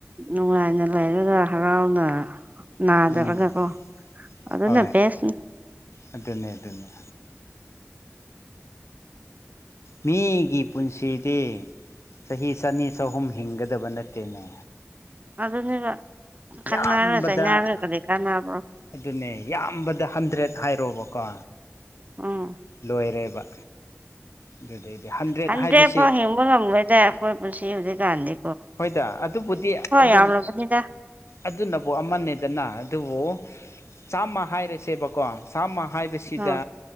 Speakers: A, on the right; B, on the left.
A: ꯅꯨꯡꯉꯥꯏꯅ ꯂꯩꯔꯒ ꯍꯔꯥꯎꯅ ꯅꯥꯗꯔꯒ
B: ꯎꯝ
A: ꯀꯣ ꯑꯗꯨꯅ
B: ꯍꯣꯏ
A: ꯕ‌ꯦꯁꯅꯤ
B: ꯑꯗꯨꯅꯦ ꯑꯗꯨꯅꯦ ꯃꯤꯒꯤ ꯄꯨꯟꯁꯤꯗꯤ ꯆꯍꯤ ꯆꯅꯤ ꯆꯍꯨꯝ ꯍꯤꯡꯒꯗꯕ ꯅꯠꯇꯦꯅꯦ
A: ꯑꯗꯨꯅꯦꯕ ꯈꯠꯅꯔ
B: ꯌꯥꯝꯕꯗ
A: ꯆꯩꯅꯔꯒ ꯀꯔꯤ ꯀꯥꯟꯅꯕ꯭ꯔꯣ
B: ꯑꯗꯨꯅꯦ ꯌꯥꯝꯕꯗ ꯍꯟꯗ꯭ꯔꯦꯗ ꯍꯥꯏꯔꯣꯕꯀꯣ
A: ꯎꯝ
B: ꯂꯣꯏꯔꯦꯕ ꯑꯗꯨꯗꯩꯗꯤ ꯍꯟꯗ꯭ꯔꯦꯠ
A: ꯍꯟꯗꯔ‌ꯦꯠ
B: ꯍꯥꯏꯕꯁꯤ
A: ꯐꯥꯎ ꯍꯤꯡꯕ ꯉꯝꯂ‌ꯣꯏꯗ ꯑꯩꯈꯣꯏ ꯄꯨꯟꯁꯤ ꯍꯧꯖꯤꯛꯀꯥꯟꯗꯤ
B: ꯍꯣꯏꯗ ꯑꯗꯨꯕꯨꯗꯤ ꯑꯗꯨ
A: ꯌꯥꯝꯂꯕꯅꯤꯗ
B: ꯑꯗꯨꯅꯕꯨ ꯑꯃꯅꯤ ꯗꯅ ꯑꯗꯨꯕꯨ ꯆꯥꯝꯃ ꯍꯥꯏꯔꯁꯦꯕꯀꯣ ꯆꯥꯝꯃ ꯍꯥꯏꯕꯁꯤꯗ
A: ꯑꯥ